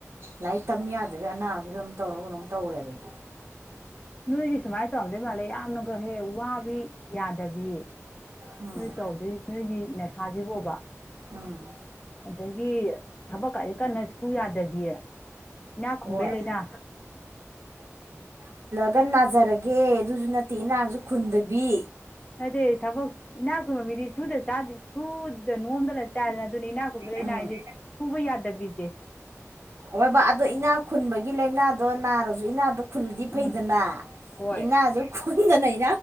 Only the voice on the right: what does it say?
ꯂꯥꯏꯔꯤꯛ ꯇꯝ ꯌꯥꯗꯕ ꯑꯅꯥꯕ ꯐꯤꯕꯝ ꯇꯧꯔꯒ ꯀꯩꯅꯣꯝ ꯇꯧꯔꯦꯕ ꯑꯩꯗꯤ
ꯎꯝ
ꯎꯝ
ꯍꯣꯏ
ꯒ ꯅꯥꯖꯔꯒꯦ ꯑꯗꯨꯁꯨ ꯅꯠꯇꯦ ꯏꯅꯥꯍꯁꯨ ꯈꯨꯟꯗꯕꯤ
ꯎꯝ
ꯍꯣꯏꯕ ꯑꯗꯨꯣ ꯏꯅꯥ ꯈꯨꯟꯕꯒꯤ ꯒꯤ ꯂꯥꯏꯅꯥꯗꯣ ꯅꯥꯔꯁꯨ ꯏꯅꯥꯗꯣ ꯈꯨꯜꯗꯤ
ꯐꯩꯗꯅ
ꯏꯅꯥꯁꯨ ꯈꯨꯟꯗꯅ ꯏ